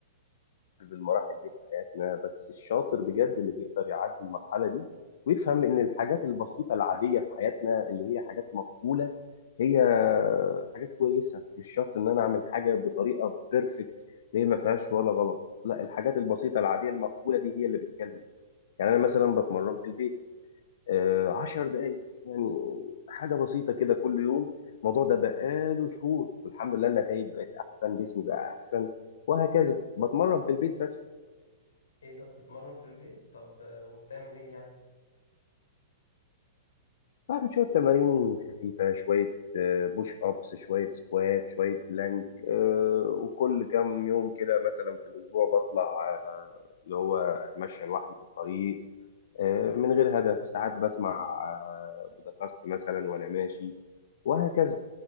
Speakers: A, on the left (about 65°); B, on the left (about 90°).
A: في المراحل دي في حياتنا بس الشاطر بجد اللي بيقدر يعدي المرحلة دي ويفهم إن الحاجات البسيطة العادية في حياتنا اللي هي حاجات مقبولة هي حاجات كويسة مش شرط إن أنا أعمل حاجة بطريقة بيرفكت اللي هي ما فيهاش ولا غلط لا الحاجات البسيطة العادية المقبولة دي هي اللي بتكلم يعني أنا مثلا بتمرن في البيت آه، عشر دقايق يعني حاجة بسيطة كده كل يوم الموضوع ده بقاله شهور والحمد لله النتائج بقت أحسن جسمي بقى أحسن وهكذا بتمرن في البيت بس
B: إيه ده بتتمرن في البيت؟ طب آه، وبتعمل إيه يعني؟
A: بعمل شوية تمارين خفيفة شوية آه، بوش أبس شوية سكوات شوية بلانك آه، وكل كام يوم كده مثلا في الأسبوع بطلع آه، اللي هو أتمشى لوحدي في الطريق آه، من غير هدف ساعات بسمع آه، بودكاست مثلا وأنا ماشي وهكذا